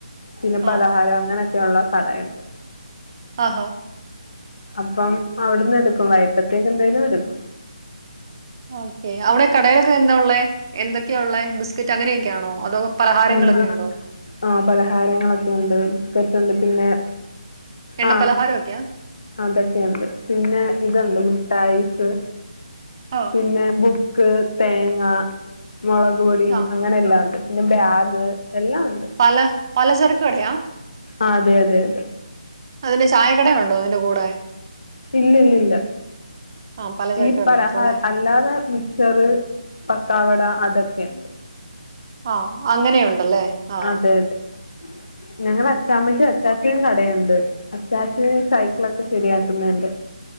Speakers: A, on the left; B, on the right.
A: പിന്നെ
B: ആഹ്
A: പലഹാരം അങ്ങന ഒക്കെള്ള കട ഇണ്ട്
B: അഹാ
A: അപ്പം അവ്ട്ന്ന് എടുക്കും വൈട്ടേത്തേക്ക് എന്തെലും എട്ക്കും
B: ഓക്കെ അവടെ കടേലൊക്കെ എന്താ ഉള്ളേ എന്തൊക്കെയാ ഉള്ളേ ബിസ്ക്കറ്റ് അങ്ങനെയൊക്കെയാണോ അതോ പലഹാരങ്ങളൊക്കെ
A: ന്ത്
B: ഉണ്ടോ?
A: ആ പലഹാരങ്ങളൊക്കെയുണ്ട് ബിസ്ക്കേറ്റ് ഉണ്ട് പിന്നെ
B: എണ്ണപ്പലഹാരോക്കെയാ
A: ആ അതൊക്കെയുണ്ട് പിന്നെ ഇത്ണ്ട് മുഠായിസ്
B: ആഹ്
A: പിന്നെ ബുക്ക് തേങ്ങ മുളക് പൊടി
B: ആഹ്
A: അങ്ങനെ എല്ലാം ഉണ്ട് പിന്നെ ബാഗ് എല്ലാം ഉണ്ട്
B: പല പലചരക് കടയാ
A: ആ അതെ അതെ അതെ
B: അതിന് ചായക്കടയുണ്ടോ അതിന്റെ കൂടെ
A: ഇല്ലില്ലില്ല
B: ആഹ് പലചരക്ക്
A: ഈ
B: കട
A: പലഹാര്
B: മാത്രം അല്ലേ?
A: അല്ലാതെ മിച്ചറ് പക്കാവട അതൊക്കെണ്ട്
B: ആ അങ്ങനെയുണ്ടല്ലേ ആ
A: അതെ അതെ ഞങ്ങടെ അച്ചാമ്മയ്ക്ക് അചാച്ചനും കടയുണ്ട് അചാച്ചൻ സൈക്കിളക്കെ ശെരിയാക്ക്‌ന്നേന്റെ